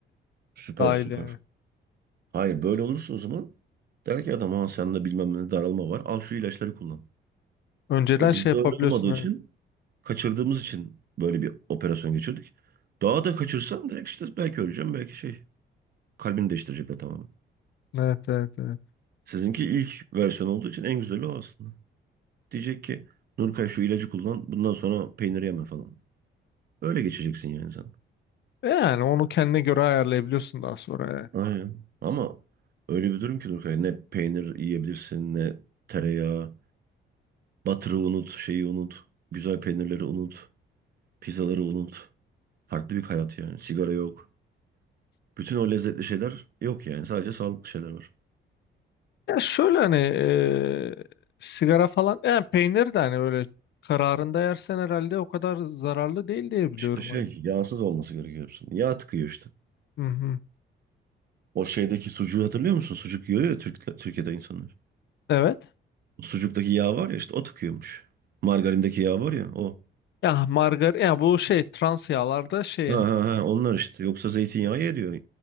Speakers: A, on the right; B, on the left.
A: süper
B: e, dahil
A: süper.
B: yani.
A: Hayır böyle olursa o zaman der ki adam ha sende bilmem ne daralma var al şu ilaçları kullan.
B: Önceden
A: E,
B: şey
A: bizde
B: yapabiliyorsun.
A: öyle olmadığı
B: evet.
A: için kaçırdığımız için böyle bir operasyon geçirdik. Daha da kaçırsam direkt işte belki öleceğim belki şey kalbini değiştirecekler tamamen.
B: Evet evet evet.
A: Sizinki ilk versiyon olduğu için en güzeli o aslında. Diyecek ki Nurkay şu ilacı kullan bundan sonra peynir yeme falan. Öyle geçeceksin yani sen.
B: Yani onu kendine göre ayarlayabiliyorsun daha sonra. Yani.
A: Aynen. Ama öyle bir durum ki Nurkay ne peynir yiyebilirsin ne tereyağı. Butter'ı unut şeyi unut. Güzel peynirleri unut. Pizzaları unut. Farklı bir hayat yani. Sigara yok. Bütün o lezzetli şeyler yok yani. Sadece sağlıklı şeyler var.
B: Ya şöyle hani e, sigara falan yani peynir de hani böyle kararında yersen herhalde o kadar zararlı değil diye biliyorum
A: İşte şey
B: hani.
A: yağsız olması gerekiyor hepsinin. Yağ tıkıyor işte.
B: Hı hı.
A: O şeydeki sucuğu hatırlıyor musun? Sucuk yiyor ya Türk, Türkiye'de insanlar.
B: Evet.
A: Sucuktaki yağ var ya işte o tıkıyormuş. Margarindeki yağ var ya o.
B: Ya margarin ya bu şey trans yağlarda şey
A: Ha
B: e,
A: ha ha onlar işte. Yoksa zeytinyağı ye diyor.